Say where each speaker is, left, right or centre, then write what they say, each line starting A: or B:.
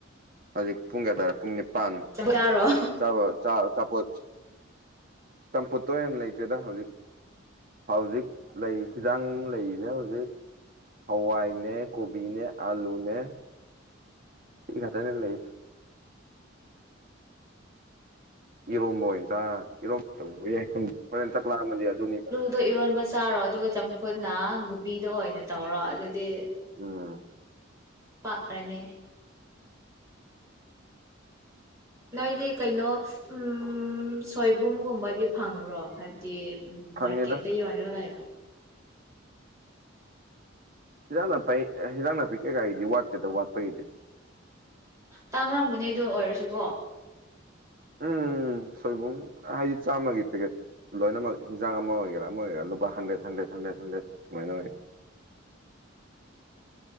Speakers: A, on the right; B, on the right.
A: ꯍꯧꯖꯤꯛ ꯄꯨꯡ ꯀꯌꯥ ꯇꯥꯔꯦ ꯄꯨꯡ ꯄꯥꯟ
B: ꯆꯥꯔꯣ
A: ꯆꯥꯕꯒ ꯆꯥ ꯆꯄꯣꯠ ꯆꯝꯐꯨꯠꯇꯣ ꯑꯣꯏꯅ ꯂꯩꯇꯦꯗ ꯍꯧꯖꯤꯛ ꯍꯧꯖꯤꯛ ꯂꯩ ꯍꯤꯖꯥꯡ ꯂꯩꯔꯤꯁꯦ ꯍꯧꯖꯤꯛ ꯍꯋꯥꯏꯅꯦ ꯀꯣꯕꯤꯅꯦ ꯑꯂꯨꯅꯦ ꯁꯤ ꯉꯥꯛꯇꯅꯦ ꯂꯩ ꯏꯔꯣꯝꯕ ꯑꯣꯏꯅ ꯆꯥ ꯏꯔꯣꯝ ꯇꯧꯕ ꯌꯥꯏ ꯈꯪꯗꯦ ꯍꯣꯔꯦꯟ ꯆꯛ ꯂꯥꯝꯃꯗꯤ ꯑꯗꯨꯅꯤꯅ
B: ꯑꯗꯣ ꯏꯔꯣꯟꯕ ꯆꯥꯔꯣ ꯑꯗꯨꯒ ꯆꯝꯐꯨꯠꯅ ꯒꯨꯕꯤꯗ ꯑꯣꯏꯅ ꯇꯧꯔꯣ ꯑꯗꯨꯗꯤ
A: ꯎꯝ
B: ꯄꯥꯛꯔꯅꯦ
A: <inaudible>
B: ꯅꯣꯏꯒꯤ ꯀꯩꯅꯣ ꯎꯝ ꯁꯣꯏꯕꯨꯝꯒꯨꯝꯕꯗꯤ ꯐꯪꯕ꯭ꯔꯣ ꯍꯥꯏꯕꯗꯤ ꯎꯝ
A: ꯐꯪꯉꯤꯗ
B: ꯃꯥꯔꯀꯦꯠꯇ ꯌꯣꯜꯔꯒ ꯂꯩꯕ
A: ꯍꯤꯟꯖꯥꯡ ꯅꯥꯄꯤ ꯍꯤꯟꯖꯥꯡ ꯅꯥꯄꯤ ꯀꯩꯀꯥꯒꯤꯗꯤ ꯋꯥꯠꯀꯦꯗꯕ ꯋꯥꯠꯄꯒꯤꯗꯤ
B: ꯇꯥꯡꯉꯝꯒꯅꯤ ꯑꯗꯨ ꯑꯣꯏꯔꯁꯨꯀꯣ
A: ꯎꯝ ꯁꯣꯏꯕꯨꯝ ꯍꯥꯏꯗꯤ ꯆꯥꯝꯃꯒꯤ ꯄꯦꯛꯀꯦꯠ ꯂꯣꯏꯅꯃꯛ ꯍꯤꯟꯖꯥꯡ ꯑꯃ ꯑꯣꯏꯒꯦꯔ ꯑꯃ ꯑꯣꯏꯒꯦꯔ ꯂꯨꯄꯥ ꯍꯟꯗ꯭ꯔꯦꯠ ꯍꯟꯗ꯭ꯔꯦꯠ ꯍꯟꯗ꯭ꯔꯦꯠ ꯍꯟꯗ꯭ꯔꯦꯠ ꯁꯨꯃꯥꯏꯅ ꯑꯣꯏꯌꯦ